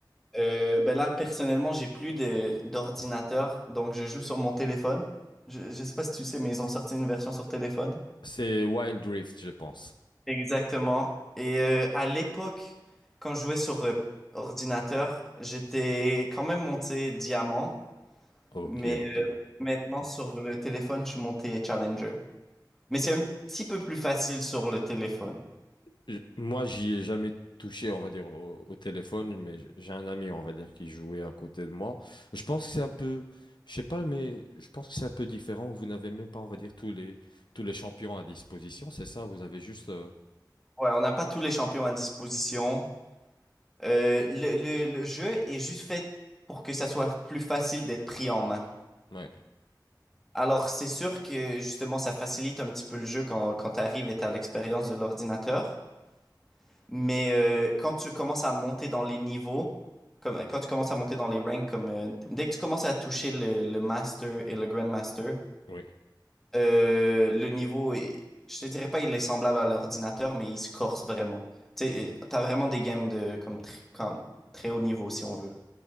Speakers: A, in the centre; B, on the left.
A: Euh, ben là, personnellement, j'ai plus de- d'ordinateur, donc je joue sur mon téléphone. Je, je sais pas si tu sais, mais ils ont sorti une version sur téléphone.
B: C'est Wild Rift, je pense.
A: Exactement. Et euh, à l'époque, quand je jouais sur euh, ordinateur, j'étais quand même monté diamant,
B: Ok,
A: mais
B: ok.
A: euh, maintenant sur le téléphone, je suis monté challenger. Mais c'est un petit peu plus facile sur le téléphone.
B: J- Moi, j'y ai jamais touché, on va dire, au, au téléphone, mais j- j'ai un ami, on va dire, qui jouait à côté de moi. Je pense que c'est un peu, je sais pas, mais je pense que c'est un peu différent. Vous n'avez même pas, on va dire, tous les, tous les champions à disposition, c'est ça? Vous avez juste. euh,
A: Ouais, on n'a pas tous les champions à disposition. Euh, le, le- le jeu est juste fait pour que ça soit plus facile d'être pris en main.
B: Ouais,
A: Alors, c'est sûr que justement, ça facilite un petit peu le jeu quand, quand tu arrives et tu l'expérience de l'ordinateur. Mais euh, quand tu commences à monter dans les niveaux, comme, quand tu commences à monter dans les ranks, comme, euh, dès que tu commences à toucher le, le Master et le Grandmaster,
B: oui.
A: euh, le niveau, est- je te dirais pas il est semblable à l'ordinateur, mais il se corse vraiment. Tu sais, euh, t'as vraiment des games de comme, tr- comme très haut niveau, si on veut.